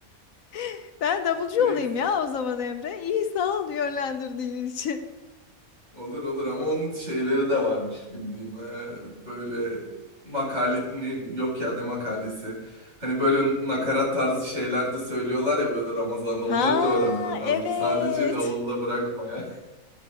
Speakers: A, on the left; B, on the right.
A: <laughs> ben davulcu
B: Direkt
A: olayım ya o zaman Emre. İyi sağ ol yönlendirdiğin için.
B: olur olur ama onun şeyleri de varmış bildiğim Ee, böyle makale ne- yok ya ne makalesi hani böyle nakarat tarzı şeyler de söylüyorlar ya böyle Ramazan'da
A: Ha
B: onları da öğrenmen lazım
A: evet.
B: sadece davulla bırakma ya.